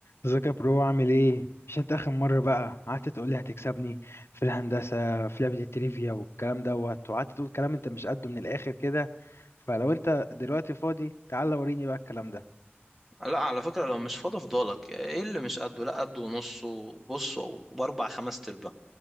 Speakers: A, on the left (about 85°); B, in the centre.
A: ازيك يا برو عامل ايه؟ مش انت اخر مرة بقى قعدت تقول لي هتكسبني في الهندسة في لعبة التريفيا والكلام دوت وقعدت تقول كلام انت مش قده من الاخر كده فلو انت دلوقتي فاضي تعالى وريني بقى الكلام ده
B: لا على فكرة لو مش فاضي فضالك ايه اللي مش قده لا قده ونص وبص وباربع خمس تربة